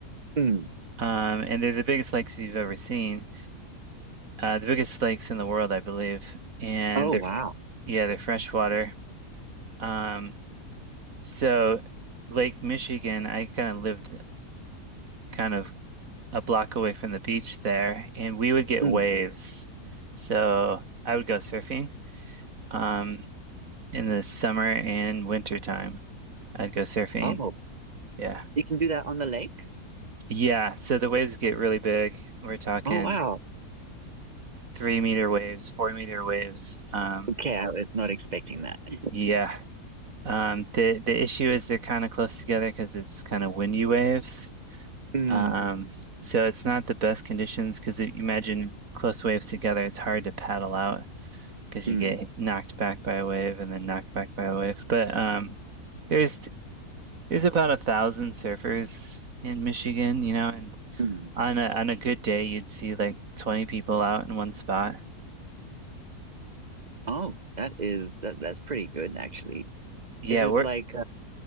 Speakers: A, on the right (about 35°); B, on the right (about 60°).
A: Mm.
B: um, and they're the biggest lakes you've ever seen. Uh, the biggest lakes in the world, I believe, and
A: Oh,
B: they're
A: wow.
B: yeah they're freshwater. Um, so Lake Michigan, I kind of lived kind of a block away from the beach there, and we would get
A: Mm.
B: waves. So I would go surfing um, in the summer and winter time. I'd go surfing.
A: Oh,
B: Yeah.
A: you can do that on the lake?
B: Yeah. So the waves get really big. We're talking
A: Oh, wow.
B: three meter waves, four meter waves. Um,
A: Okay, I was not expecting that. <laughs>
B: yeah. Um, the the issue is they're kind of close together because it's kind of windy waves.
A: Mm.
B: Um, so it's not the best conditions because if you imagine close waves together, it's hard to paddle out. because you
A: Mm.
B: get knocked back by a wave and then knocked back by a wave. But um, there's there's about a thousand surfers in Michigan, you know, and
A: Mm.
B: on a on a good day you'd see like 20 people out in one spot.
A: Oh, that is that that's pretty good actually.
B: Yeah,
A: Is it
B: we're
A: like